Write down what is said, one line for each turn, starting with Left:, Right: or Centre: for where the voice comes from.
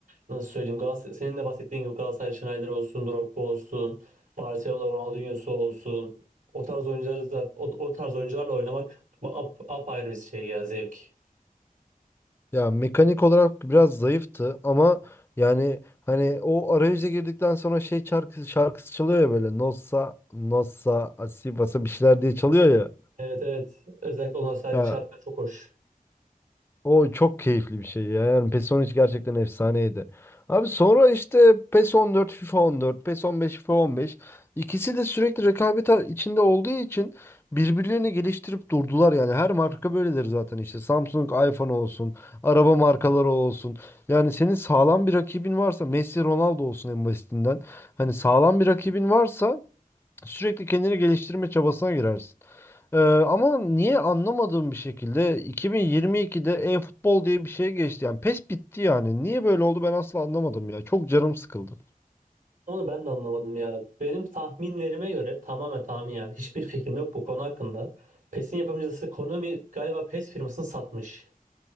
Right: Nasıl söyleyeyim Galatasaray, senin de bahsettiğin gibi Galatasaray Schneider olsun, Drogba olsun, Barcelona Ronaldinho'su olsun. O tarz oyuncuları da o, o tarz oyuncularla oynamak ba- ap, apayrı bir şey ya zevk.
Left: Ya mekanik olarak biraz zayıftı ama yani hani o arayüze girdikten sonra şey şarkısı şarkısı çalıyor ya böyle Nossa Nossa Asibasa bir şeyler diye çalıyor ya.
Right: Evet evet özellikle o nostalji
Left: Ya
Right: şartlar çok hoş.
Left: O çok keyifli bir şey ya. Yani PES 13 gerçekten efsaneydi. Abi sonra işte PES 14, FIFA 14, PES 15, FIFA 15. İkisi de sürekli rekabet ar- içinde olduğu için birbirlerini geliştirip durdular yani. Her marka böyledir zaten işte. Samsung, iPhone olsun, araba markaları olsun. Yani senin sağlam bir rakibin varsa, Messi, Ronaldo olsun en basitinden. Hani sağlam bir rakibin varsa Sürekli kendini geliştirme çabasına girersin. Ee, ama niye anlamadığım bir şekilde 2022'de e-futbol diye bir şey geçti. Yani PES bitti yani. Niye böyle oldu ben asla anlamadım ya. Çok canım sıkıldı.
Right: Onu ben de anlamadım ya. Benim tahminlerime göre tamamen tahmin yani. Hiçbir fikrim yok bu konu hakkında. PES'in yapımcısı Konami galiba PES firmasını satmış.